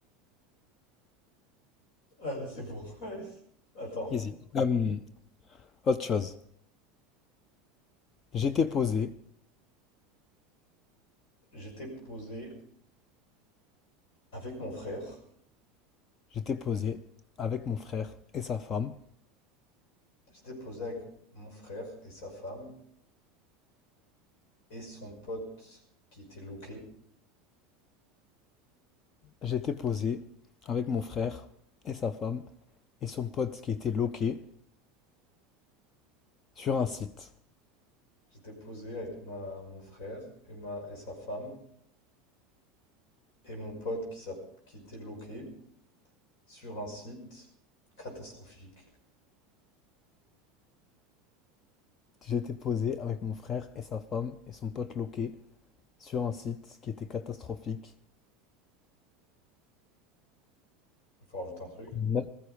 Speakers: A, on the left; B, on the left.
A: Allez, c'est bon. Ouais, c'est- Attends,
B: Easy. Hum, autre chose. J'étais posé,
A: j'étais posé avec mon frère.
B: j'étais posé avec mon frère et sa femme.
A: J'étais posé avec mon frère et sa femme et son pote qui était loqué.
B: J'étais posé avec mon frère et sa femme et son pote qui était loqué sur un site.
A: J'étais posé avec ma, mon frère et, ma, et sa femme et mon pote qui, s'app- qui était loqué sur un site catastrophique.
B: J'étais posé avec mon frère et sa femme et son pote loqué sur un site qui était catastrophique.
A: Il faut rajouter un truc.
B: Neuf-